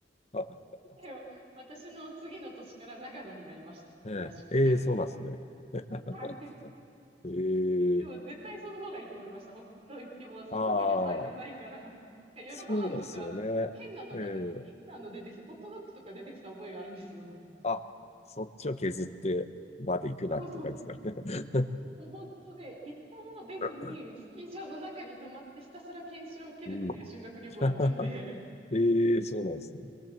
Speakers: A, on the left; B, on the right.
A: <laughs>
B: でも私の次の年から長野になりました、スキー合宿が。
A: ええ、ええ、そうなんですね。<laughs>
B: はい。
A: ええ、
B: でも絶対その方がいいと思いました。北海道行っても、そう、
A: ああ、
B: 多分予算がないから、なんか夜ご飯とか、
A: そうですよね。
B: 変なのがで、
A: ええ、
B: 変なの出てきて、ホットドッグとか出てきた覚えがあるんですよ。
A: あ、そっちを削ってまで行くなっていう感じですかね。
B: そうそう。もう本当ね、一歩も出ずに、
A: <laughs>
B: スキー場の中に泊まってひたすら研修を受けるっていう修学旅行だったんで。
A: うん。<laughs> ええそうなんですね。